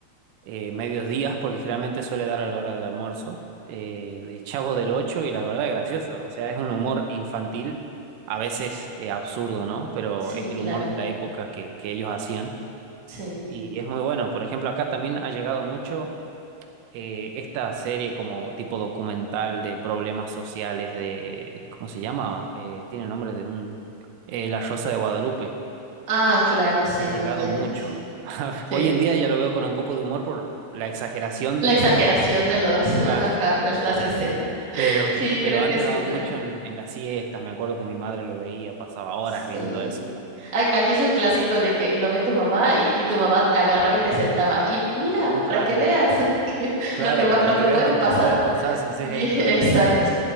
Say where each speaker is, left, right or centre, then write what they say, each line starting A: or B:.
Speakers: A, on the right (about 85°); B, on the right (about 25°).
A: eh, medios días, porque generalmente suele dar a la hora del almuerzo, eh, de Chavo del Ocho, y la verdad es gracioso. O sea, es un humor infantil, a veces eh, absurdo, ¿no? Pero
B: Sí,
A: es el
B: claro,
A: humor de la época que, que ellos hacían.
B: sí.
A: Y es muy bueno. Por ejemplo, acá también ha llegado mucho eh, esta serie como tipo documental de problemas sociales de, ¿cómo se llama? Eh, tiene nombre de un... eh, La Rosa de Guadalupe.
B: Ah, claro, sí,
A: Ha llegado
B: también
A: mucho.
B: es.
A: <laughs>
B: Sí.
A: Hoy en día ya lo veo con un poco de humor por la exageración
B: La
A: de
B: exageración
A: los hechos.
B: de los, <laughs>
A: Claro.
B: ajá, de las escenas.
A: <laughs> Pero,
B: Sí,
A: pero
B: creo
A: antes
B: que es
A: daba
B: igual.
A: mucho en, en las siestas. Me acuerdo que mi madre lo veía, pasaba horas
B: Sí.
A: viendo eso.
B: A- Aquí es un clásico de que lo ve tu mamá y, y tu mamá agarraba y te sentaba. Y mira,
A: <laughs>
B: para
A: Claro,
B: que veas <laughs> que-
A: claro,
B: lo que va,
A: para
B: lo
A: que
B: que
A: veas
B: puede
A: lo
B: pasar.
A: que te puede pasar si haces
B: Sí,
A: esto.
B: <laughs> exacto.
A: <laughs>